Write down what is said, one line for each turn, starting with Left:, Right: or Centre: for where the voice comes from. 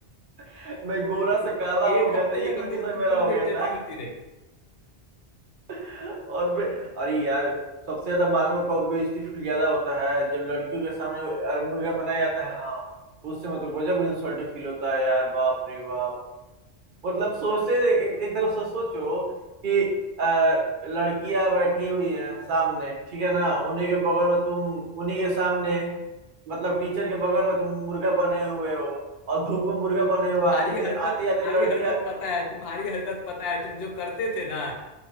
Right: <laughs> मैं गोरा से काला हो
Left: एक
Right: गया
Left: हफ्ते
Right: था ये कंडीशन
Left: तक हम लोग की
Right: मेरा
Left: कुल
Right: हो गया
Left: बेइज्जती
Right: था
Left: होती रही
Right: <laughs> और मैं अरे यार सबसे ज्यादा बाल में कब बेइज्जती फील ज्यादा होता है जब लड़कियों के सामने अरे मुर्गा बनाया जाता है ना उस समय तो गजब इंसल्ट फील होता है यार बाप रे बाप मतलब सोचते एक, एक तरफ से सोचो कि आ, लड़कियां बैठी हुई हैं सामने ठीक है ना उन्हीं के बगल में तुम उन्हीं के सामने मतलब टीचर के बगल में तुम मुर्गा बने हुए हो और धूप में मुर्गा बने हुए
Left: तुम्हारी
Right: हो। आ जाती
Left: हरकत
Right: आती आती
Left: तुम्हारी
Right: लड़कियां
Left: हरकत पता है तुम्हारी हरकत पता है तुम जो करते थे ना